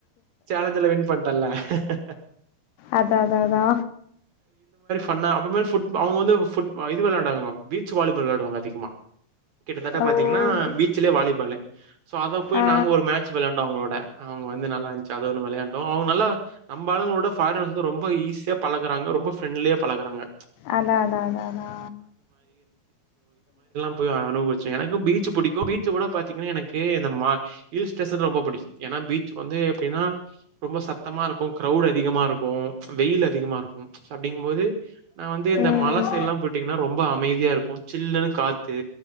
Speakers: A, on the right (about 60°); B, on the left (about 80°).
A: சேலஞ்ச்ல வின் பண்டன்ல ஹ்ஹஹ
B: அத்தத்ததா
A: பண்ண அப்ப மேல் ஃபுட் அவங்க வந்து ஃபுட் இது வெளாடாங்க பீச் வாலிபால் வெளயாடுவாங்க அதிகமா கிட்டதட் ட்ட
B: ஓ
A: பாத்தீங்கன்னா
B: சு
A: பீச்சலே வாலிபாலு சோ அத போய்
B: ஆ
A: நாங்க ஒரு மேட்ச் வெளையாண்டோ அவங்களோட அவ்ங்க வந்து நல்லா இன்ச்சு அது ஒன்னு வெளயாண்டோ அவங்க நல்லா நம்மாளுங்களோட ஃபாரினர்ஸ் வந்து ரொம்ப ஈஸியா பழக்குறாங்க ரொம்ப ஃப்ரெண்ட்லியா பழக்குறாங்க
B: அதா அதா அதா அதா
A: ப்பு அனுபுவிச்சே எனக்கு பீச்ச புடிக்கூ பீச்சு ஓட பாத்தீங்கன்னா எனக்கு இந்த மா ஹில் ஸ்டேஷன் ரொம்ப பிடிக்கூ ஏனா வீட் சு வந்து எப்டின்னா ரொம்ப சத்தமா இருக்கூ க்ரௌட் அதிகமா இருக்கூ வெயில் அதிகமா இருக்கூ அப்பிடிங் போது நா வந்து இந்த
B: ம்
A: மல சைட்லா போயிட்டிங்ன்னா ரொம்ப அமைதியா இருக்கூ சில்லுன்னு காத்து